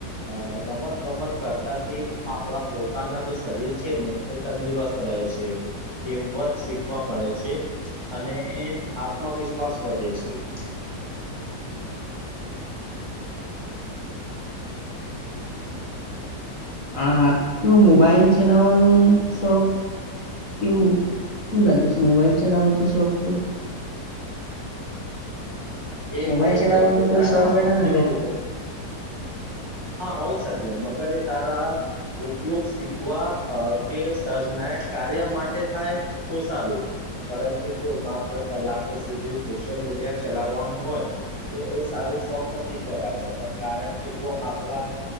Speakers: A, on the right; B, on the left.
A: અ રમત ગમત કરતાથી આપડા પોતાના જે શરીર છે ને એ તંદુરસ્ત તરહે છે ટીમવર્ક શીખવા મળે છે. અને આત્મવિશ્વાસ વધે છે. <inaudible>
B: આ શું મોબાઈલ ચલાવવાનું શોખ કેવું શું લાગે છે મોબાઈલ ચલાવાથી શોખ પૂ
A: એ
B: મોબાઈલ
A: ભાઈ
B: ચલાવવાનો
A: છે કે
B: કોઈ
A: તારા
B: શોખ ગણાવે
A: ઉપયોગો
B: કે
A: હા હોય સક કે મગર એ તારા ઉપયોગ શીખવા અ કે સર્જનાયક કાર્ય માટે થાય તો સારું. પરંતુ જો માત્ર કલાકો સુધી સોશિયલ મીડિયા ચલાવવાન હોય તો એ સારું સોફ નથી કેહેવાય શકાય કારણ કે જો આપડા